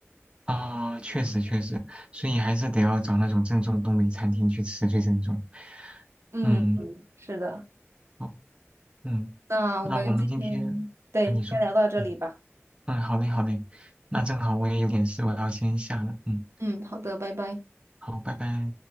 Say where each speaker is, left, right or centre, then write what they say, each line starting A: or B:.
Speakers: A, on the right (about 20°); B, on the right (about 65°).
A: 啊，确实确实，所以还是得要找那种正宗东北餐厅去吃最正宗。
B: 嗯嗯，
A: 嗯，
B: 是的。
A: 好，嗯，
B: 那我们今天，
A: 那我们今天啊，
B: 对，
A: 你说，
B: 先聊到这里吧。
A: 嗯，嗯，好嘞好嘞，那正好我也有点事，我要先下了，嗯，
B: 嗯，好的，拜拜。
A: 好，拜拜。